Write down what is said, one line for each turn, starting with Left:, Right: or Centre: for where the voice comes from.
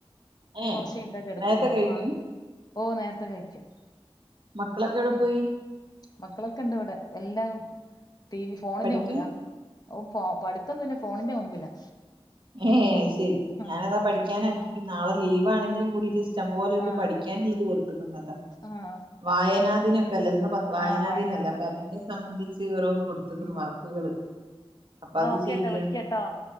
Left: നീ
Right: ഏഹ്
Left: കുറച്ചയിഞ്ഞട്ട് കെടക്കുള്ളൂ
Right: നേരത്തെ കഴിക്കും
Left: ആഹ് ഓഹ് നേരത്തെ കഴിക്കും
Right: മക്കളൊക്കെ എവിടെ
Left: ഉം
Right: പോയി
Left: മക്കളൊക്കെ ഇണ്ട് ഇവിടെ എല്ലാം ടി വി ഫോണിന്റെ
Right: പഠിക്കാ
Left: മുമ്പിലാ ഓ ആഹ് പഠിത്തൊന്നുല്ല, ഫോണിന്റെ മുമ്പിലാ.
Right: ഏഹ് അയ് ശെരി
Left: ആഹ്
Right: ഞാനതാ പഠിക്യാനാക്കി നാളെ ലീവാണെങ്കിലും കൂടീട്ട് ഇഷ്ടം പോലെ ഇത്
Left: ആഹ്
Right: പഠിക്കാനിള്ളത് കൊടു <unintelligible>
Left: ആഹ്
Right: വായനാ ദിനം പ്പെല്ലന്ന് ഏഹ് വായനാ
Left: ആഹ് വയനാട്
Right: ദിനല്ലേ അപ്പൊ
Left: ഉം
Right: അതിൻ്റെ സംബന്ധി <unintelligible> കൊടുത്തക്കുണു
Left: ഉം
Right: വർക്കുകള്, അപ്പൊ
Left: എന്നാ
Right: അത്
Left: ഓക്കേട്ടോ
Right: ചെയ്യാണ്.
Left: വിളിക്കാട്ടോ